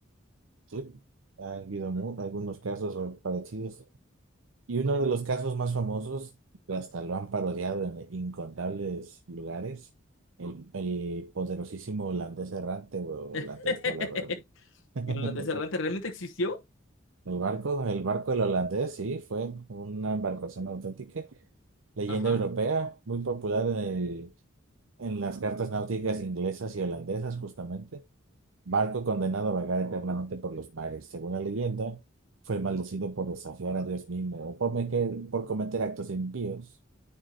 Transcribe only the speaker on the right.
Sí. Ha habido mu- algunos casos parecidos. Y uno de los casos más famosos, hasta lo han parodiado en incontables lugares, el, el poderosísimo holandés errante o
holandés volador. <laughs>
El barco, el barco del holandés, sí, fue una embarcación auténtica, leyenda
europea, muy popular en el- en las cartas náuticas inglesas y holandesas, justamente. Barco condenado a vagar eternamente por los mares. Según la leyenda, fue maldecido por desafiar a Dios mismo o por, meque- por cometer actos impíos.